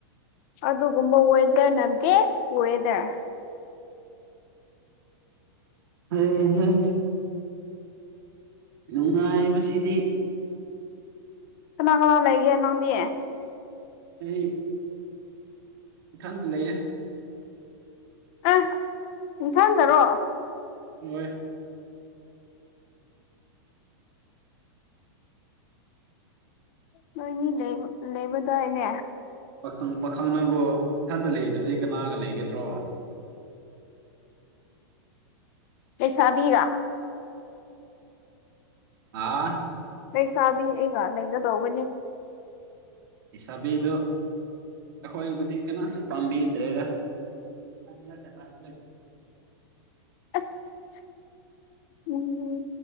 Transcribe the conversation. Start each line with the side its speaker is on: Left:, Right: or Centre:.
Left: ꯑꯗꯨꯒꯨꯝꯕ ꯋꯦꯗꯔꯅ ꯕꯦꯁ ꯋꯦꯗꯔ
Right: ꯎꯝ ꯍꯝ ꯅꯨꯡꯉꯥꯏꯕꯁꯤꯗꯤ
Left: ꯀꯅꯥ ꯀꯅꯥ ꯂꯩꯒꯦ ꯅꯥꯎꯟꯕꯤ
Right: ꯑꯩ ꯏꯊꯟꯗ ꯂꯩꯌꯦ
Left: ꯑꯦ ꯅꯊꯟꯗꯔꯣ
Right: ꯃꯣꯏ
Left: ꯅꯣꯏꯅꯤ ꯂꯩꯕ ꯂꯩꯕꯗꯥꯏꯅꯦ
Right: ꯄꯥꯈꯪ ꯄꯥꯈꯪꯅꯕꯨ ꯊꯟꯇ ꯂꯩꯗ꯭ꯔꯗꯤ ꯀꯅꯥꯒ ꯂꯩꯒꯗ꯭ꯔꯣ
Left: ꯂꯩꯁꯥꯕꯤꯒ
Right: ꯑꯥ
Left: ꯂꯩꯁꯥꯕꯤ ꯑꯩꯒ ꯂꯩꯒꯗꯧꯕꯅꯦ
Right: ꯑꯤꯁꯥꯥꯕꯤꯗꯣ ꯑꯈꯣꯏꯕꯨꯗꯤ ꯀꯅꯥꯁꯨ ꯄꯥꯝꯕꯤꯗ꯭ꯔꯦꯗ <unintelligible>
Left: ꯑꯁ ꯎꯝ